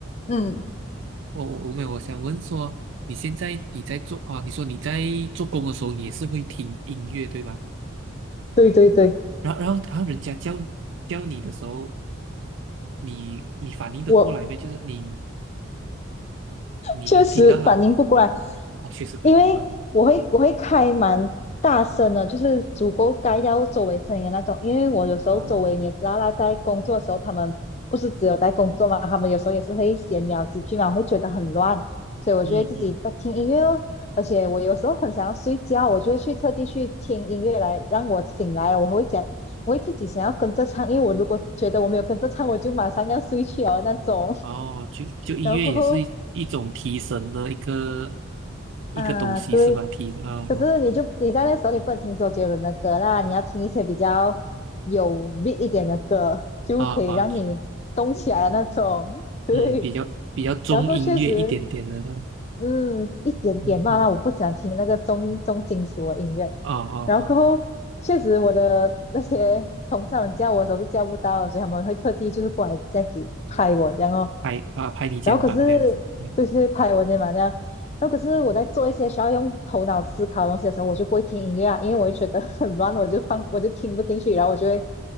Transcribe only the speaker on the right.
我我没有，我想问说，你现在你在做啊？你说你在做工的时候，你也是会听音乐对吧？
然后然后然后人家叫叫你的时候，你你反应得过来没？
就是你你能听到他们
哦，确实没有办然
哦，
嗯嗯，
哦，就就音乐也是一一种提神的一个
一个东西是吧？
提啊啊
啊啊，
嗯，比较比较中音乐一点点的那种，
嗯嗯，
哦哦好，
拍啊拍你肩膀这样子，
嗯